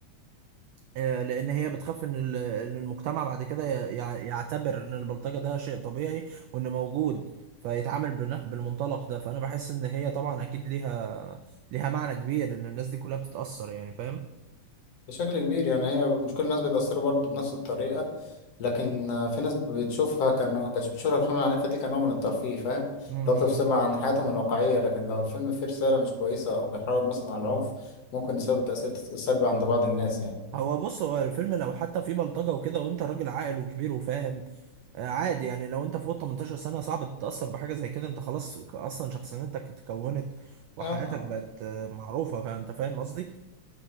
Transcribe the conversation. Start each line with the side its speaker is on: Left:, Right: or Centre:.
Right: آه، لان هي بتخاف ان ال- إن المجتمع بعد كده ي- يع- يعتبر ان البلطجه ده شيء طبيعي وان موجود فيتعامل بنه- بالمنطلق ده فانا بحس ان هي طبعا اكيد ليها ليها معنى كبير ان الناس دي كلها بتتاثر يعني فاهم
Left: بشكل كبير يعني هي مش كل الناس بيتأثروا برضه بنفس الطريقة لكن آه، في ناس بتشوفها كان كانت بتشوفها في على النت دي كنوع من الترفيه فاهم
Right: امم
Left: لو بتفصل عن حياتهم الواقعية لكن لو الفيلم فيه رسالة مش كويسة أو بيحرض مثلا على العنف ممكن يسبب تأثير سلبي عند بعض الناس يعني
Right: هو بص هو الفيلم لو حتى فيه بلطجه وكده وانت راجل عاقل وكبير وفاهم آه، عادي يعني لو انت فوق 18 سنه صعب تتاثر بحاجه زي كده انت خلاص ك- اصلا شخصيتك اتكونت وحياتك
Left: آه، آه.
Right: بقت آه، معروفه فانت فاهم قصدي